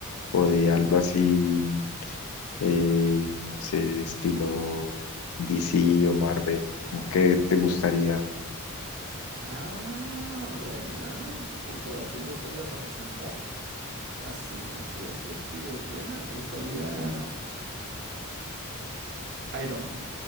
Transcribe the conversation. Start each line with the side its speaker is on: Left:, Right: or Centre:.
Left: o de algo así, eh, no sé, estilo DC o Marvel, como que te gustaría?
Right: Ah, buena. Tipo, aquí me gustaría representar? Así, así, así, así de plenas, me gustaría Iron Man.